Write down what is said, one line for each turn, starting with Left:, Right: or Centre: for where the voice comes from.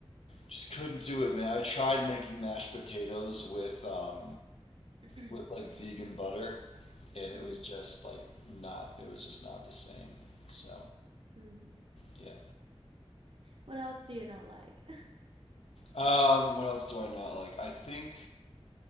Left: just couldn't do it, man. I tried making mashed potatoes with um
Right: <clears throat>
Left: with like vegan butter, and it
Right: Mm-hmm.
Left: was just like not. It was just not the same. So
Right: Mm.
Left: yeah.
Right: What else do you not like?
Left: Um, what else do I not like? I think